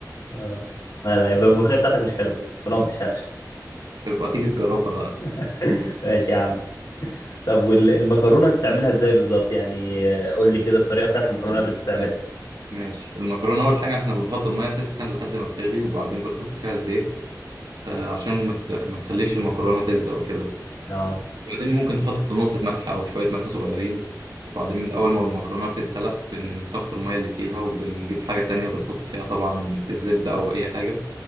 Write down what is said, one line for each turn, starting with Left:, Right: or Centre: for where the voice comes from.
Left: اه لا لا يبقى الملوخية بتاعتك مش حلوة طالما ما بتشهقش
Right: تبقى تيجي تجربها
Left: <laughs> ماشي يا عم طب والمكرونة بتعملها ازاي بالظبط يعني آه، قول لي كده الطريقة بتاعت المكرونة
Right: بقى
Left: اللي انت بتعملها
Right: ماشي المكرونة أول حاجة إحنا بنحط المية تسخن لحد ما بتغلي وبعدين بنحط فيها الزيت آه، عشان ما تل- ما تخليش المكرونة تلزق وكده
Left: اه
Right: وبعدين ممكن تحط نقطة ملح أو شوية ملح صغيرين وبعدين من أول ما المكرونة بتتسلق بنصفي المية اللي فيها وبنجيب حاجة تانية بنحط فيها طبعا الزبدة أو أي حاجة